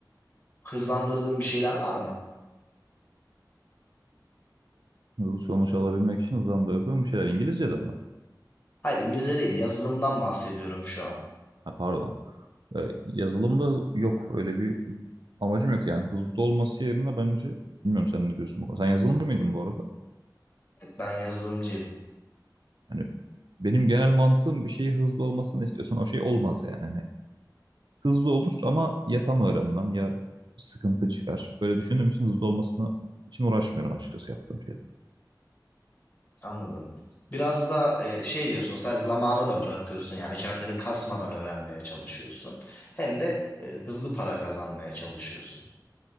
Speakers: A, on the left; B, on the right.
A: hızlandırdığın bir şeyler var mı?
B: Hızlı sonuç alabilmek için hızlandırdığım bir şeyler İngilizce'de mi?
A: Hayır İngilizce değil yazılımdan bahsediyorum şu an.
B: Ha, pardon. Ee, yazılımda yok öyle bir amacım yok yani hızlı olması yerine bence bilmiyorum sen ne diyorsun bu konuda. Sen yazılımcı mıydın bu arada?
A: Ben yazılımcıyım
B: Hani benim genel mantığım bir şeyi hızlı olmasını istiyorsan o şey olmaz yani. hızlı olur ama ya tam öğrenmem ya sıkıntı çıkar. Böyle düşündüğüm için hızlı olmasına için uğraşmıyorum açıkçası yaptığım şeyde.
A: anladım. Biraz da e, şey diyorsun sen zamana da bırakıyorsun yani kendini kasmadan öğrenmeye çalışıyorsun. Hem de e, hızlı para kazanmaya çalışıyorsun.